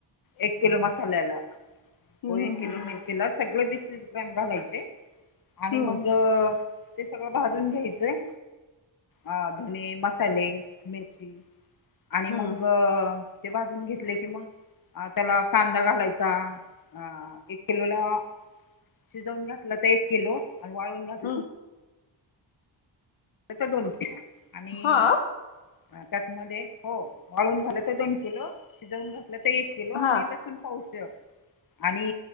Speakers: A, on the left; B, on the left.
A: एक किलो मसाल्याला
B: हम्म
A: हो एक किलो
B: हम्म
A: मिरचीला सगळ ब स्स ग्रॅम घालायचे आणि
B: हम्म
A: मग ते सगळं भाजून घ्यायचं अ धने मसाले मिरची आणि
B: हम्म हम्म
A: मग ते भाजून घेतले की मग त्याला कांदा घालायचा अ एक किलोला शिजवून घातलं तर एक किलो आणि वाळून घातलं
B: हम्म
A: त्याचा दोन आणि
B: हा
A: त्यात म हो वाळून घालं तर देणखल शिजवून घा आप तर एक किलो आणि
B: हा
A: लसण पावच आणि